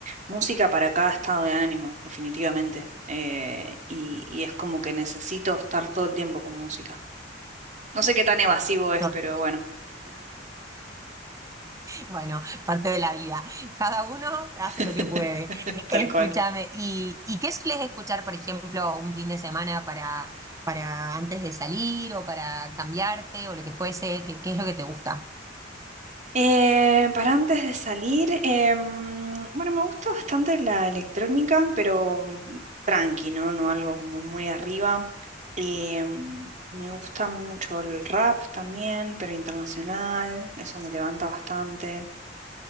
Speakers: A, on the right; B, on the right.
A: música para cada estado de ánimo, definitivamente. Eh, y, y es como que necesito estar todo el tiempo con música. No sé qué tan evasivo es,
B: <laughs>
A: pero bueno,
B: Bueno, parte de la vida. Cada uno hace
A: <laughs>
B: lo que puede.
A: tal
B: Escúchame.
A: cual.
B: ¿Y, y qué sueles escuchar, por ejemplo, un fin de semana para, para antes de salir o para cambiarte o lo que fuese? ¿Qué, qué es lo que te gusta?
A: Eh, para antes de salir, em, bueno, me gusta bastante la electrónica, pero mm, tranqui, ¿no? No algo como muy arriba. Em, me gusta mucho el rap también, pero internacional, eso me levanta bastante.